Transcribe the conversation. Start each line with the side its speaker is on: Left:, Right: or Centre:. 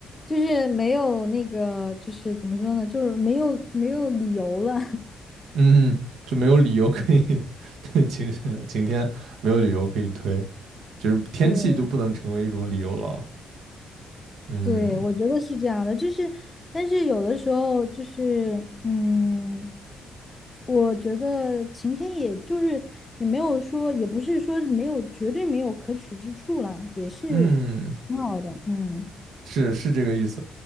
Left: 就是没有那个，就是怎么说呢，就是没有没有理由了。
Right: 嗯，就没有理由可以，<laughs> 晴晴天没有理由可以推，就是天气就不能成为一种理由了。
Left: <laughs> 对。
Right: 嗯
Left: 对，我觉得是这样的，就是，但是有的时候就是，嗯，我觉得晴天也就是也没有说，也不是说没有，绝对没有可取之处啦，也是挺好的，
Right: 嗯，
Left: 嗯，
Right: 是是这个意思。